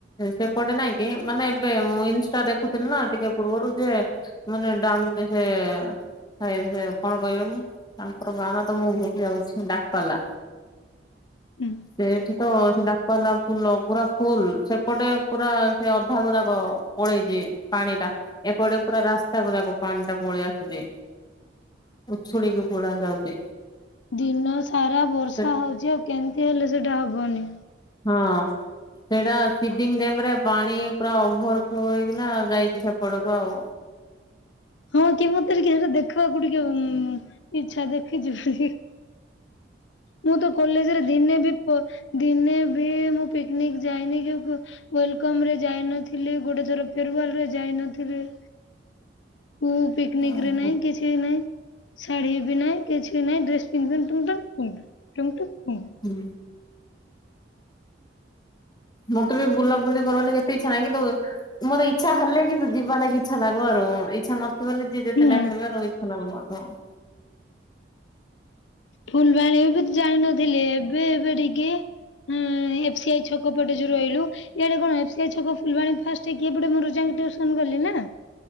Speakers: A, on the left (about 25°); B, on the left (about 85°).
A: ସେପଟେ ନାଇଁ କିି ମାନେ ଏବେ ମୁଁ ଇନଷ୍ଟା ଦେଖୁଥିଲି ନା ଟିକେ ପୂର୍ବରୁ ଯେ ମାନେ ଡାଉନ୍ କି ସେ <unintelligible> କଣ କହିବେ ମୁଁ ତାଙ୍କର ଗାଁ ନାଁ ତ ମୁଁ ଭୁଲ ଯାଉଛି ଡାପଲା
B: ହୁଁ
A: ସେଇଠି ତ ସେ ଡାପାଲା ଫୁଲ ପୁରା ଫୁଲ୍, ସେପଟେ ପୁରା ସେ ଅଧାଗ ଯାକ। ଓଳେଇ ଦିଏ ପାଣିିଟା। ଏପଟେ ପୁରା ରାସ୍ତାକ ଯାକ ପାଣିଟା ପଳେଇ ଆସିଛି ଉଛୁଳିକୁ। ଖୋଳା ଯାଉଛି।
B: ଦିନସାରା ବର୍ଷା
A: ସେ
B: ହଉଚି ଆଉ କେମିତି ହେଲେ ସେଇଟା ହବନି।
A: ହଁ। ସେଇଟା ସିଡିଙ୍ଗ ଡ୍ୟାମରେ ପାଣି ପୁରା ଓଭର ଫ୍ଲୋ ହେଇକିନା ଯାଇଛି ସେପଟକୁ ଆଉ।
B: ହଁ କି ମତେ ଟିକେ ସେଇଟା ଦେଖିବାକୁ ଟିକେ ଉଁ ଇଛା ଦେଖିଯିବା କି? ମୁଁ ତ କଲେଜରେ ଦିନେ ବି ପ ଦିନେ ବି ମୁଁ ପିକନିକ ଯାଇନି କି ୱେଲକମରେ ଯାଇ ନଥିଲି ଗୋଟେ ଥର ଫେରୱାଲରେ ଯାଇ ନଥିଲି। କୁ ପିକନିକରେ
A: ଓହୋ
B: ନାଇଁ କିଛି କି ନାଇଁ, ଶାଢୀ ବି ନାହିଁ କିଛି ନାଇଁ ଡ୍ରେସ ପିନ୍ଧିବି ଟୁଙ୍ଗ-ଟୁଙ୍ଗ-ଟୁଙ୍ଗ-ଟୁଙ୍ଗ।
A: ହୁଁ। ମତେ ବି ବୁଲାବୁଲି କରିବା ଲାଗି ଏତେ ଇଚ୍ଛା ନାହିଁ କିନ୍ତୁ ମୋର ଇଛା ହେଲେ କିନ୍ତୁ ଯିବା ଲାଗି ଇଚ୍ଛାନା ଗର ଇଚ୍ଛା ନଥି ବୋଲି ଯେ ଯେତେ
B: ହୁଁ
A: ଡାକଲେ ବି ରହିଥା <unintelligible>
B: ଫୁଲବାଣୀ ବି ଜାଣିିନଥିଲି, ଏବେ ଏବେ ଟିକେ ହୁଁ ଏଫ୍ ସି ଆଇ ଛକ ପଟେ ଯୋଉ ରହିଲୁ ଇଆଡେ କଣ ଏଫ ସି ଆଇ ଛକ ଫୁଲବାଣୀ ଫାଷ୍ଟ ହେଇକି ଏଇପଟେ ମୋର ଯାଇଙ୍କି ଟିଉସନ୍ କଲି ନା।